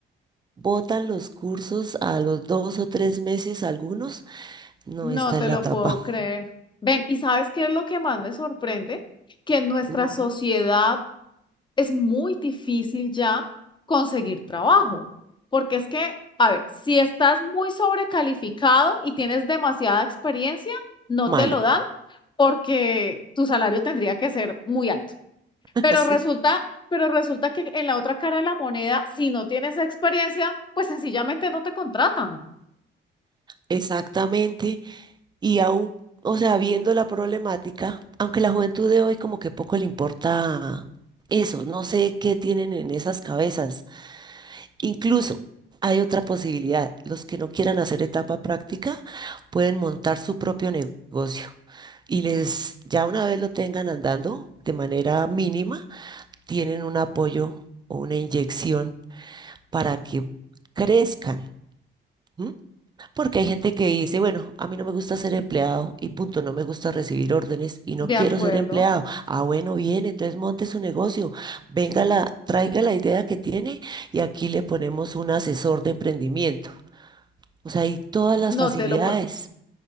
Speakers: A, on the right; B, on the left.
A: botan los cursos a los dos o tres meses algunos. No
B: No
A: está
B: te
A: en la
B: lo
A: etapa.
B: puedo creer. Ven, ¿y sabes qué es lo que más me sorprende? Que en nuestra
A: Ujú.
B: sociedad es muy difícil ya conseguir trabajo. Porque es que, a ver, si estás muy sobrecalificado y tienes demasiada experiencia, no
A: Malo.
B: te lo dan porque tu salario tendría que ser muy alto.
A: <laughs>
B: Pero
A: Sí,
B: resulta, pero resulta que en la otra cara de la moneda, si no tienes experiencia, pues sencillamente no te contratan.
A: exactamente. Y aún, o sea, viendo la problemática, aunque la juventud de hoy como que poco le importa eso, no sé qué tienen en esas cabezas Incluso hay otra posibilidad. Los que no quieran hacer etapa práctica pueden montar su propio negocio y les, ya una vez lo tengan andando de manera mínima, tienen un apoyo o una inyección para que crezcan. ¿m? Porque hay gente que dice, bueno, a mí no me gusta ser empleado y punto, no me gusta recibir órdenes y no
B: De
A: quiero
B: acuerdo,
A: ser empleado. Ah, bueno, bien, entonces monte su negocio, venga la, traiga la idea que tiene y aquí le ponemos un asesor de emprendimiento. O sea, hay todas las
B: no
A: facilidades,
B: te lo puedo,